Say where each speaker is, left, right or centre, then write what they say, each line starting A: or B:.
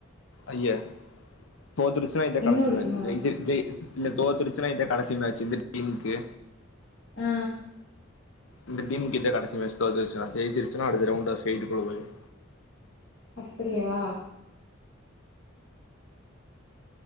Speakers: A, on the left; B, on the left.
A: அய்ய தோத்துருச்சுன்னா இது தா
B: இன்னு
A: கடைசி
B: இருக்குமா
A: மேட்சு ஜெயிச்சுருச் ஜெய் இல்ல தோத்துருச்சுனா இதுதா கடைசி மேட்சு இந்த டீமுக்கு
B: ஆ
A: இந்த டீமுக்கு இதா கடைசி மேச்சு தோத்துருச்சுனா ஜெயிச்சுருச்சுனா அடுத்த ரவுண்டு ஸ்டேய்டுகுள்ள போயிடு
B: அப்டியா